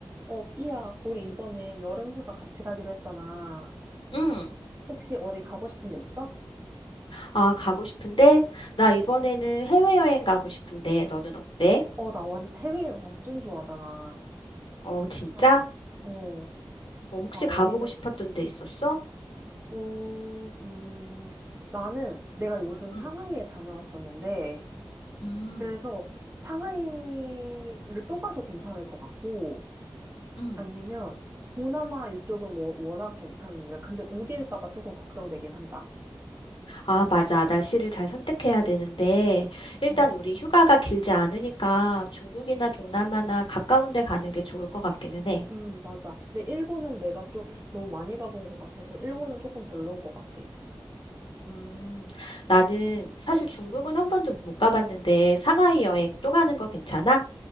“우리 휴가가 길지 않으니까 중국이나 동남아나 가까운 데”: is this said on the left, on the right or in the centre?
Left